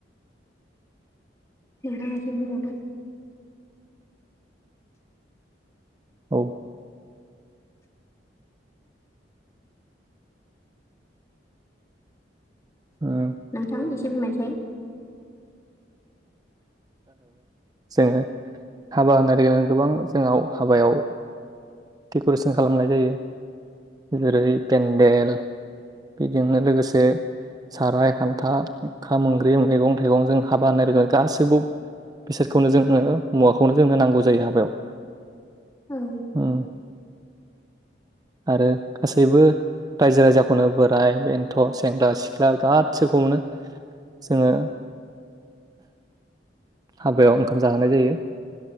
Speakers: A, on the left; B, on the right.
A: नोंथाङा इसे बुंबावदो
B: औ उम
A: नोंथां एसे बुंनायसाय
B: जोंङो हाबा होननाय लोगो गोबां जोंनाव हाबायाव डेक'रेसन खालामनाय जायो जेरै पेन्देल बेजोंनो लोगोसे साराय हान्था ओंखाम ओंख्रि मैगं थाइगं जों हाबा होनानो रोङो गाससिबो बेसादखौनो जोङो मुवाखौनो जोंनो नांगौ जायो हाबायाव
A: औ
B: उम आरो गासैबो रायजो राजाखौनो बोराय बेन्थ' सेंग्रा सिख्ला गासैखौ मोनो। जोंङो हाबायाव ओंखाम जाहोनाय जायो